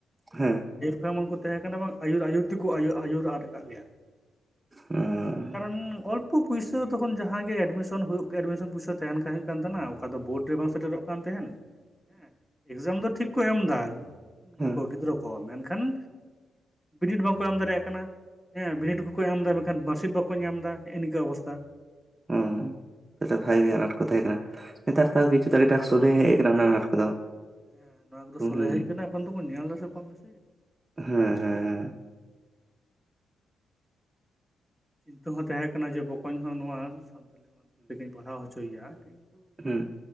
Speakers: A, on the right; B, in the centre.
A: ᱦᱮᱸ
B: ᱡᱮ ᱞᱮᱠᱟ ᱮᱢᱚᱱ ᱠᱚ ᱛᱟᱦᱮᱸ ᱠᱟᱱᱟ ᱵᱟᱝ ᱟᱹᱭᱩᱨ ᱟᱹᱭᱩᱨ ᱛᱮᱠᱚ ᱟᱹᱭᱩᱨ ᱟᱫ ᱟᱠᱟᱫ ᱞᱮᱭᱟ
A: ᱦᱮᱸ᱾
B: ᱠᱟᱨᱚᱱ ᱚᱞᱯᱚ ᱯᱩᱭᱥᱟᱹ ᱛᱚᱠᱷᱚᱱ ᱡᱟᱦᱟᱸ ᱜᱮ ᱮᱰᱢᱤᱥᱚᱱ ᱦᱩᱭᱩᱜ ᱠᱟᱱᱟ ᱮᱰᱢᱤᱥᱚᱱ ᱯᱩᱭᱥᱟ ᱛᱟᱦᱮᱱ ᱛᱟᱦᱮᱫᱼᱼ ᱛᱟᱦᱮ ᱚᱠᱟ ᱫᱚ ᱵᱳᱨᱰ ᱨᱮ ᱵᱟᱝ ᱥᱮᱴᱮᱨᱚᱜ ᱠᱟᱱ ᱛᱟᱦᱮᱱ ᱦᱮᱸ ᱮᱠᱡᱟᱢ ᱫᱚ ᱴᱷᱤᱠ ᱠᱚ ᱮᱢᱫᱟ᱾ ᱤᱭᱟᱹ
A: ᱦᱮᱸ
B: ᱠᱚ
A: ᱦᱩᱸ
B: ᱜᱤᱫᱽᱨᱟᱹ ᱠᱚ ᱢᱮᱱᱠᱷᱟᱱ ᱵᱤᱱᱤᱰ ᱵᱟᱝᱠᱚ ᱮᱢ ᱫᱟᱲᱮᱭᱟᱜ ᱠᱟᱱᱟ ᱦᱮᱸ ᱵᱤᱱᱤᱰ ᱠᱚᱼᱼ ᱵᱟᱠᱚ ᱮᱢ ᱮᱫᱟ ᱢᱮᱱᱠᱷᱟᱱ ᱢᱟᱨᱥᱤᱴ ᱵᱟᱠᱚ ᱧᱟᱢᱫᱟ ᱦᱮᱜ ᱱᱮᱝᱠᱟ ᱚᱵᱚᱥᱛᱟ᱾
A: ᱦᱮᱸᱻ ᱛᱟᱦᱚᱞᱮ ᱵᱷᱟᱜᱮ ᱟᱱᱟᱴ ᱠᱚ ᱛᱟᱦᱮᱸ ᱠᱟᱱᱟ ᱱᱮᱛᱟᱨ ᱛ ᱠᱤᱪᱷᱩ ᱫᱚ ᱟᱹᱰᱤᱴᱟ ᱥᱚᱞᱦᱮ ᱦᱮᱡ ᱟᱠᱟᱱᱟ ᱚᱱᱟ ᱟᱱᱟᱴ ᱠᱚᱫᱚ᱾
B: ᱦᱮᱸ ᱱᱚᱶᱟ ᱠᱚᱫᱚ
A: ᱦᱩᱸ
B: ᱥᱚᱞᱦᱮ
A: ᱦᱩᱸ
B: ᱦᱮᱡ ᱟᱠᱟᱱᱟ ᱮᱠᱷᱚᱱ ᱫᱚᱠᱚ ᱧᱮᱞ ᱮᱫᱟ ᱥᱮᱮ ᱠᱚᱢ ᱵᱮᱥᱤ᱾
A: ᱦᱮᱸ ᱦᱮᱸ ᱦᱮᱸ
B: ᱪᱤᱱᱛᱟᱹ ᱦᱚᱸ ᱛᱟᱦᱮᱸ ᱠᱟᱱᱟ ᱡᱮ ᱵᱚᱠᱚᱧ ᱦᱚᱸ ᱱᱚᱣᱟ ᱥᱟᱱᱛᱟᱞᱤ ᱢᱟᱫᱽᱫᱷᱚᱢ ᱛᱮᱜᱮᱧ ᱯᱟᱲᱦᱟᱣ ᱦᱚᱪᱚ ᱭᱮᱭᱟ ᱠᱤᱱᱛᱩᱼᱼ
A: ᱦᱮᱸ